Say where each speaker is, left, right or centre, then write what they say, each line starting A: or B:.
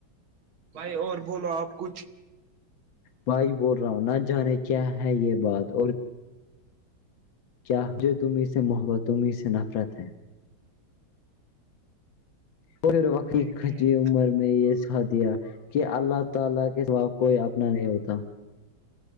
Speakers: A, on the right; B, on the left.
A: بھائی اور بولو آپ کچھ
B: بھائی بول رہا ہوں نہ جانے کیا ہے یہ بات اور کیا جو تم اس سے محبت تمیں سے نفرت ہے وہھر وقی
A: دیکھیے
B: خ جی عمر <unintelligible> میں یہ ساتھ دیا کہ اللہ تعالی کے سوا کوئی اپنا نہیں ہوتا